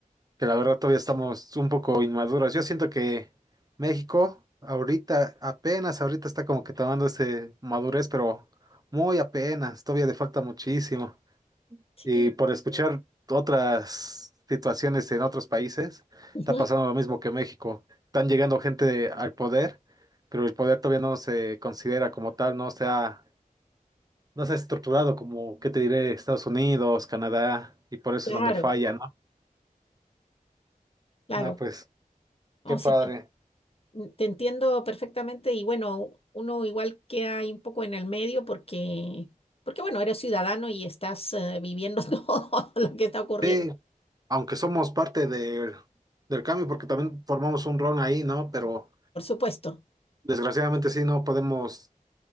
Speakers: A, on the right; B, on the left.
A: que la verdad todavía estamos un poco inmaduros. Yo siento que México ahorita, apenas ahorita está como que tomando ese madurez, pero muy apenas, todavía le falta muchísimo.
B: Sí,
A: Y por escuchar otras situaciones en otros países,
B: ujú,
A: está pasando lo mismo que México. Están llegando gente al poder, pero el poder todavía no se considera como tal, no se ha, no se ha estructurado como, ¿qué te diré? Estados Unidos, Canadá, y por eso
B: Claro,
A: es donde falla, ¿no?
B: claro.
A: No, pues,
B: No,
A: qué
B: sí,
A: padre.
B: te, te entiendo perfectamente y bueno, uno igual queda ahí un poco en el medio porque, porque bueno, eres ciudadano y estás eh, viviendo <laughs> todo lo que está ocurriendo,
A: Sí, aunque somos parte del, del cambio, porque también formamos un rol ahí, ¿no? Pero
B: por supuesto.
A: desgraciadamente sí, no podemos,